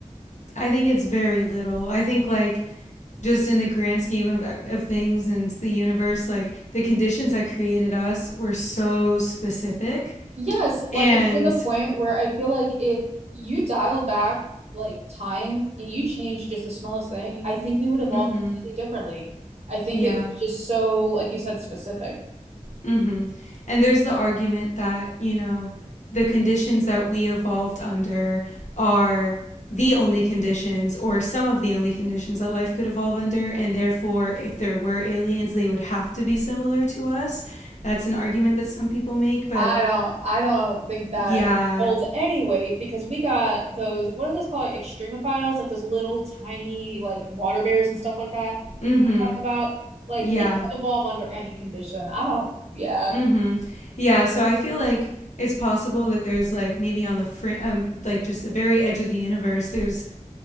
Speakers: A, on the left; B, on the right.
A: I think it's very little. I think like just in the grand scheme of of things and the universe, like the conditions that created us were so specific
B: Yes, like
A: and
B: it's to the point where I feel like if you dialed back like time and you changed just the smallest thing, I think we would evolve
A: mhm.
B: completely differently. I think
A: Yeah.
B: it was just so, like you said, specific.
A: Mm-hmm. And there's the argument that, you know, the conditions that we evolved under are the only conditions or some of the only conditions that life could evolve under. And therefore, if there were aliens, they would have to be similar to us. That's an argument that some people make. But
B: I don't I don't think that
A: yeah.
B: holds any weight because we got those what are those called like extremophiles like those little tiny like water bears and stuff like that.
A: Mm-hmm.
B: You know what I'm talking about? Like
A: Yeah.
B: things evolve under any condition. I don't yeah,
A: Mm-hmm. Yeah. So I feel like it's possible that there's like maybe on the fr- um, like just the very edge of the universe, there's